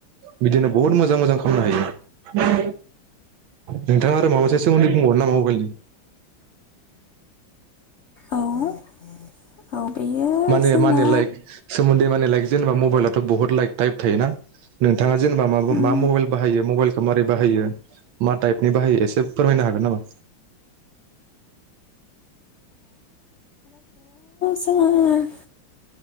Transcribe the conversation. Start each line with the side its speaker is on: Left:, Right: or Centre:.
Right: बिदिनो बहुत मोजां मोजां खालामनो हायो नोंथाङा आरो माबासे सोमोन्दै बुंबावोन नामा मबाइलनि <inaudible>
Left: औ औ। बेयो
Right: माने
Left: जोंना
Right: माने लाइक सोमोन्दै माने लाइक जेन बा मबाइलावथ' बहुत लाइक ताइप थायोना नोंथाङा जेनेबा मा
Left: उम
Right: मा मबाइल बाहायो मबाइलखौ माबारै बाहायो। मा टाइपनि बाहायो एसे फोरमायनो हागोन नामा?
Left: सान